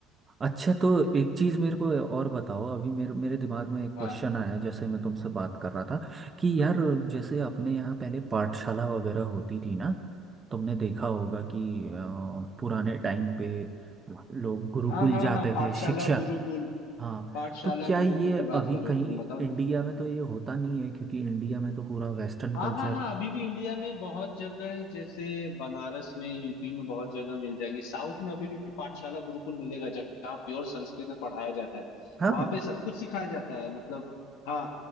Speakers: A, on the right; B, on the left.
A: अच्छा तो एक चीज़ मेरे को और बताओ अभी मेरे मेरे दिमाग में एक क्वेश्चन
B: हाँ
A: आया जैसे मैं तुमसे बात कर रहा था कि यार जैसे अपने यहाँ पहले पाठशाला वगैरह होती थी ना तुमने देखा होगा कि अ, पुराने टाइम पे लोग गुरुकुल
B: हाँ हाँ
A: जाते
B: हाँ पाठशाला
A: थे शिक्षक
B: गुरुकुल
A: हाँ
B: पाठशाला
A: तो क्या
B: गुरुकुल
A: ये
B: की बात
A: अभी
B: कर रहे
A: कहीं
B: हो तुम बताओ ना
A: इंडिया में तो ये होता नहीं है क्योंकि इंडिया में तो पूरा वेस्टर्न
B: हाँ
A: कल्चर
B: हाँ हाँ अभी भी इंडिया में बहुत जगह है जैसे बनारस में यूपी में बहुत जगह मिल जाएंगे साउथ में अभी भी पाठशाला गुरुकुल मिलेगा जहाँ प्योर संस्कृत में पढ़ाया जाता है
A: हाँ
B: वहाँ
A: हाँ।
B: पे सब कुछ सिखाया जाता है मतलब हाँ